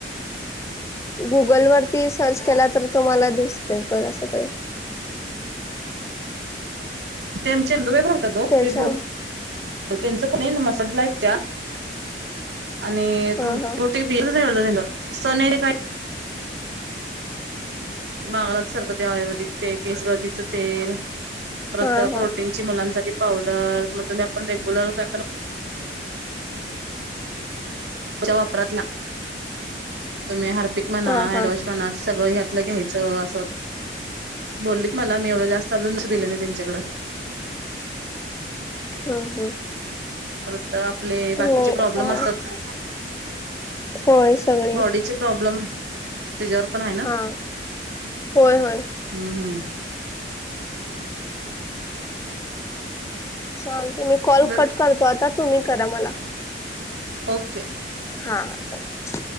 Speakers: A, on the left (about 15°); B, on the right (about 80°).
A: गुगल वरती सर्च केला तर तुम्हाला दिसतेय बघा सगळ.
B: ते आमचे दुभे भरतात तो
A: त्याच्या
B: ते त्यांच को मसाजला आहेत त्या <unintelligible> आणि
A: हा हा
B: होते क बि सन काय <unintelligible> मागला सारखं ते आयुर्वेदिक तेल, केस गर्दीच तेल परत
A: हा हा
B: प्रोटीनची मुलांसाठी पावडर मग तुम्ही आपण रेग्युलर काय पण च्या वापरातला तुम्ही हारपिक म्हणा,
A: हा हा
B: हडवॉश, पण आज सगळं ह्यातलं घ्यायचं असं. बोललीत मला मी एवढं जास्त लक्ष अजून दिले नाही त्यांच्याकडं.
A: हम्म, हम्म.
B: परत आपले बाकीचे
A: नाही
B: प्रॉब्लेम असतात.
A: होय सगळी
B: बॉडीचे, प्रॉब्लेम त्याझ्यावर पण आहे ना,
A: हा होय होय
B: हम्म हम्म.
A: चालते मी कॉल
B: बर
A: कट करतो, आता तुम्ही करा मला.
B: ओके!
A: हा हा चालते.